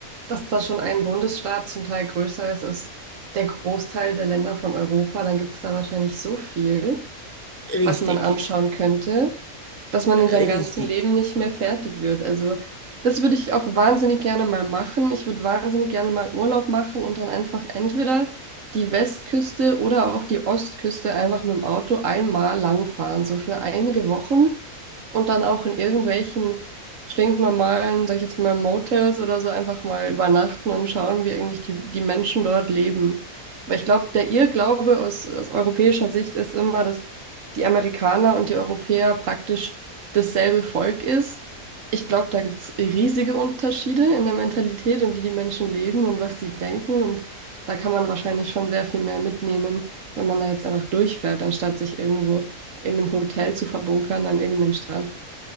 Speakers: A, on the right; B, on the left.
A: dass da schon ein Bundesstaat zum Teil größer ist als der Großteil der Länder von Europa, dann gibt es da wahrscheinlich so viel,
B: richtig,
A: was man anschauen könnte. dass man
B: äh,
A: in seinem
B: richtig.
A: ganzen Leben nicht mehr fertig wird. Also das würde ich auch wahnsinnig gerne mal machen. Ich würde wahnsinnig gerne mal Urlaub machen und dann einfach entweder die Westküste oder auch die Ostküste einfach mit dem Auto einmal lang fahren, so für einige Wochen und dann auch in irgendwelchen stinknormalen, sag ich jetzt mal, Motels oder so einfach mal übernachten und schauen, wie eigentlich die, die Menschen dort leben. Weil ich glaube, der Irrglaube aus, aus europäischer Sicht ist immer, dass die Amerikaner und die Europäer praktisch dasselbe Volk ist. Ich glaube, da gibt es riesige Unterschiede in der Mentalität und wie die Menschen leben und was sie denken. Und da kann man wahrscheinlich schon sehr viel mehr mitnehmen, wenn man da jetzt einfach durchfährt, anstatt sich irgendwo in einem Hotel zu verbunkern an irgendeinem Strand.